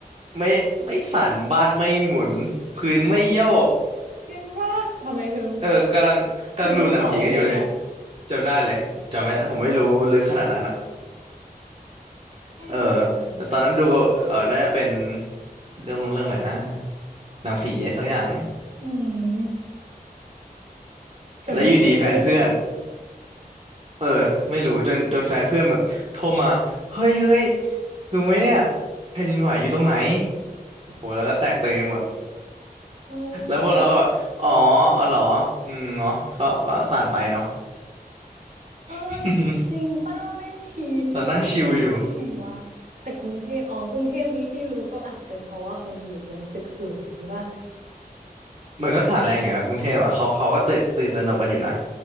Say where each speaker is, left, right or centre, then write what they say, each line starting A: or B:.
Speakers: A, on the right; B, on the right.
A: ไม่ไม่สั่นบ้านไม่หมุนพื้นไม่โยก
B: จริงว่าทำไมเธอ
A: เออกำลังกำลังดูหนังผีกันอยู่เลย
B: อยู่บนเขาอะไรเนี่ย
A: จำได้เลยผมจำไม่ผมไม่รู้ลึกขนาดนั้นอ่ะ
B: แย่เกิน
A: เออแต่ตอนนั้นดูเออน่าจะเป็นเรื่องเรื่องอะไรนะหนังผีสักอย่างหนึ่ง
B: อืมแต่ไม่รู้เลยเหรอ
A: แล้วอยู่ดีแฟนเพื่อนเออไม่รู้จนจนแฟนเพื่อนแบบโทรมา เฮ้ย เฮ้ย ดูไหมเนี่ยแผ่นดินไหวอยู่ตรงไหนโอ้โหแล้วก็แตกตื่นกันหมด
B: เอ
A: แล้วพวกเราก็
B: อ
A: อ๋ออ๋อเหรอ อืมเนาะก็ก็สั่นไปเนาะ
B: เอ้ยจริงป้าไม่มี
A: <laughs> เรานั่งชิลอยู่
B: ไม่รู้ได้ไงวะแต่กรุงเทพอ๋อกรุงเทพนี้ที่รู้ก็อาจจะเป็นเพราะว่าคนอยู่บนตึกสูงหรือเปล่า
A: มันก็สั่นแรงอยู่นะกรุงเทพอ่ะเขาเขาก็ตื่นตื่นตระหนกกันอยู่นะ